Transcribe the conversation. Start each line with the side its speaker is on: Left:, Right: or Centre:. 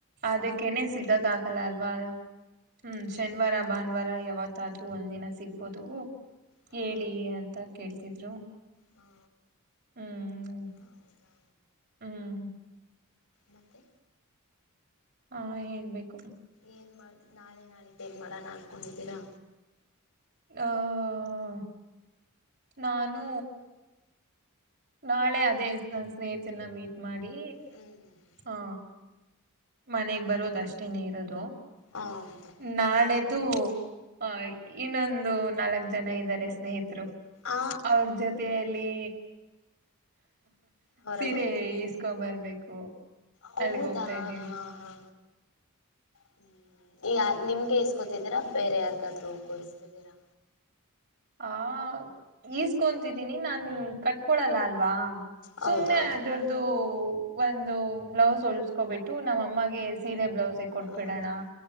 Right: ಅದಕ್ಕನೆೇ ಸಿಗಕ್ ಆಕಲ್ಲ ಅಲ್ವಾ ಹ್ಮ್ ಶನಿವಾರ ಭಾನುವಾರ ಯಾವತ್ತು ಮತ್ತಾದ್ರು ಒಂದ್ ದಿನ ಸಿಗ್ಬೋದು
Left: ಹಾ
Right: ಹೇಳಿ ಅಂತ ಕೇಳ್ತಿದ್ರು
Left: ಹಾ
Right: ಹ್ಮ್
Left: ಹೌದಾ
Right: ಹ್ಮ್
Left: ಮತೆ
Right: ಹಾ ಹೇಳ್ಬೇಕು
Left: ಏನ್ ಮಾಡ ನಾಳೆ ನಾಳಿದ್ದೇನ್ ಮಾಡೋಣ ಅನ್ಕೊಂಡಿದ್ದೀರಾ
Right: ಆಹ ನಾನು ನಾಳೆ ಅದೇ ನನ್ ಸ್ನೇಹಿತರನ್ನ ಮೀಟ್ ಮಾಡಿ
Left: ಹ್ಮ್ ಹ್ಮ್ ಹ್ಮ್
Right: ಹ ಮನೆಗ್ ಬರೋದ ಅಷ್ಟೇನೆ ಇರೋದು
Left: ಹೌದಾ
Right: ನಾಳೆದು ಹ ಇನ್ನೊಂದು ನಾಲ್ಕ್ ಜನ ಇದ್ದಾರೆ ಸ್ನೇಹಿತರು
Left: ಆ
Right: ಅವ್ರ ಜೊತೆಯಲ್ಲಿ
Left: ಹೊರಗೆ
Right: ಸೀರೆ
Left: ಹೋಗ್ತೇವೆ
Right: ಇಸ್ಕೊ ಬರ್ಬೇಕು
Left: ಹೌದಾ
Right: ಅಲ್ಲಿಗೆ ಹೋಗ್ತಾ ಇದ್ದೀವಿ
Left: ಹಾ ಹಾ ಹಾ ಹ್ಮ್ ಯ ನಿಮ್ಗೆ ಇಸ್ಕೊತಿದ್ದೀರಾ ಬೇರೆ ಯಾರ್ಗಾದ್ರು ಕುೂಡಸ್ತಿದ್ದೀರಾ
Right: ಆ ಈಸ್ಕೊಂತಿದ್ದೀನಿ ನಾ ಕಟ್ಕೊಳಲ್ಲ ಅಲ್ಲ ಅವಾ
Left: ಹೌದೌದು
Right: ಸುಮ್ನೆ ಅದೊರ್ದು
Left: ಹ್ಮ್
Right: ಒಂದು ಬ್ಲೌಸ್ ಉಳಸ್ಕೊಬಿಟ್ಟು ನಮ್ಮ ಅಮ್ಮಗೆ ಸೀರೆ ಬ್ಲೌಸ್ ಕೊಟ್ಬಿಡೋಣ
Left: ಹೌದು